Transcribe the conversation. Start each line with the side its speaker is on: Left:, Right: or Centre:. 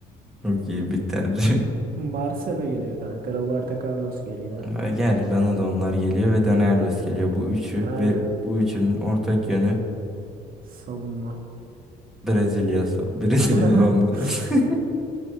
Centre: çok iyi bir tercih.
Right: Marcelo geliyor kanka. Roberto Carlos geliyor.
Centre: Ee, Yani bana da onlar geliyor ve Dani Alves geliyor. Bu üçü
Right: Aynen.
Centre: ve bu üçünün ortak yönü
Right: Savunma.
Centre: Brezilya. Brezilya
Right: <laughs>
Centre: olmalı. <laughs>